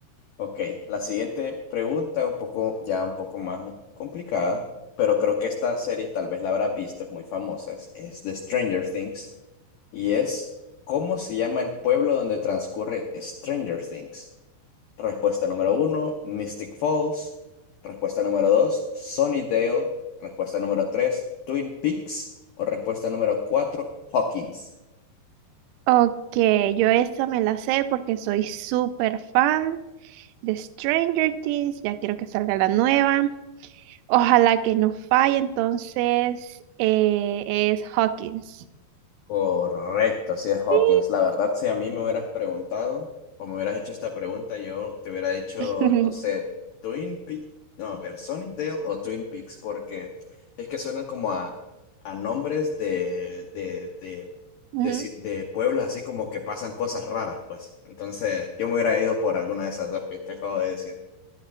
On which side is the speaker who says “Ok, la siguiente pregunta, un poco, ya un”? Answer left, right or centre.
Left